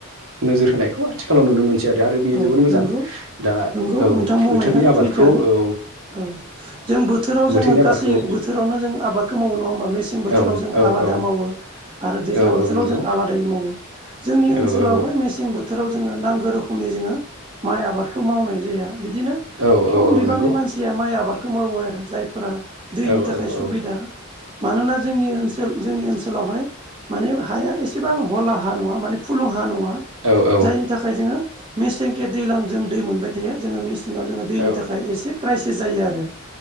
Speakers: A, on the right; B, on the right.
A: नोजोर होनायखौ आथिखालाव नुनो मोनसै आरो आरो बियो
B: औ
A: जोबोर मोजां
B: नंगौ
A: दा
B: नंगौ
A: औ
B: नोंथां बुंनाया
A: बोथोरनि आबादखौ
B: सैथोआनो
A: औ
B: औ जों बोथोराव जोङो
A: बोथोरनि आबादखौ
B: गासै बोथोरावनो जों आबादखौ मावो नङा होमबा मेसें बोथोराव
A: औ
B: जों आला
A: औ
B: आलादा
A: औ
B: मावो आरो दैज्लां
A: औ
B: बोथोराव
A: औ नंगौ
B: जों आलादायै मावो जोंनि ओनसोलावहाय
A: औ औ
B: मेसें बोथोराव जोङो नांगौ रोखोम जोङो माइ आबादखौ मावनाय जाया बिदिनो
A: औ
B: खम
A: औ औ
B: बिबांनि
A: नंगौ
B: मानसिया माइ आबाद मावो आरो जायफोरा दैनि
A: औ
B: थाखाय सुबिदा
A: औ
B: मानोना जोंनि ओनसोल ओ जोंनि ओनसोलावहाय माने हाया एसेबां हला हा नङा माने फुलुं हा नङा
A: औ औ
B: जायनि थाखाय जोङो मेसेंके दैजलां जों दै मोनबाय थायो जोङो मेसेङाव जोङो दैनि
A: औ
B: थाखाय एसे क्राइसिस जायो आरो।